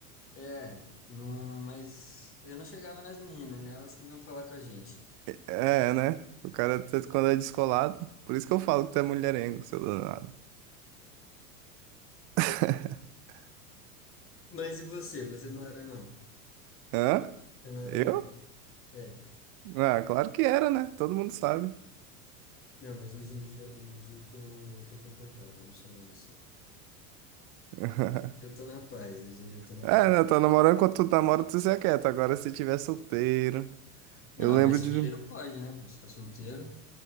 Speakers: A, on the left; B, on the right.
A: É, não, mas eu não chegava nas meninas, né? Elas que vinham falar com a gente.
B: É, né? O cara, quando é descolado, por isso que eu falo que tu é mulherengo, seu danado. <laughs>
A: Mas e você? Você não era, não?
B: Hã?
A: Você não era,
B: Eu?
A: não? É.
B: Ah, claro que era, né? Todo mundo sabe.
A: Não, mas hoje em dia, hoje em dia eu tô, tô comportado, eu não sou mais assim.
B: <laughs>
A: Hoje em dia eu tô na paz, hoje em dia eu tô na
B: É,
A: paz.
B: né? Tá namorando quando tu namora, tu se aquieta. Agora, se tiver solteiro.
A: Não,
B: Eu
A: não,
B: lembro
A: mas solteiro
B: de.
A: pode, né? Pô, você tá solteiro.